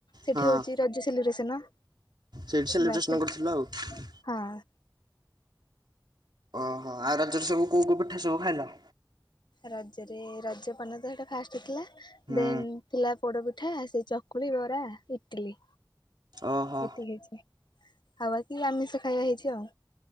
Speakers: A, on the left (about 75°); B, on the right (about 75°).
A: ସେଠି
B: ହଁ
A: ହଉଛି ରଜ ସେଲିବ୍ରେସନ।
B: ସେଇଠି ସେଲିବ୍ରେସନ
A: ବାସ୍ ସେଠି
B: କରିଥିଲ ଆଉ।
A: ହଁ।
B: ଓହୋ ଆଉ ରଜରେ ସବୁ କୋଉ କୋଉ ପିଠା ସବୁ ଖାଇଲ?
A: ରଜରେ ରଜ ପାନ ତ ସେଟା ଫାଷ୍ଟଇଥିଲା
B: ହୁଁ
A: ଦେନ ଥିଲା ପୋଡପିଠା ସେ ଚକୁଳି ବରା ଇଟିଲି
B: ଓହୋ
A: ଏତିକି ହେଇଛି। ଆଉ ବାକି ଆମିଷ ଖାଇବା ହେଇଛି ଆଉ।